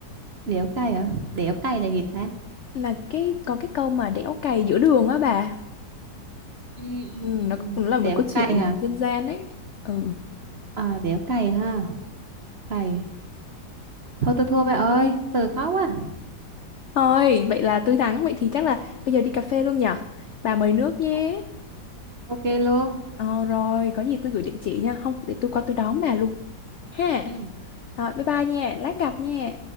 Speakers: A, on the right; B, on the left.
A: đéo cay à đéo cay là gì ta
B: là cái có cái câu mà đẽo cày giữa đường á bà
A: ừ, ừ,
B: Ừm,
A: ừ.
B: nó
A: ừ.
B: cũng là
A: đéo
B: một câu
A: cay
B: chuyện
A: hả
B: dân gian ấy ừ
A: à, đéo cay ha cay thôi tôi thua bà ơi từ khó quá
B: thôi vậy là tôi thắng vậy thì chắc là bây giờ đi cà phê luôn nhở bà mời nước nhé
A: Ô- ok luôn
B: ờ rồi có gì tôi gửi địa chỉ nha không để tôi qua tôi đón bà luôn ha
A: ừ.
B: Rồi bye bye nha, lát gặp nha.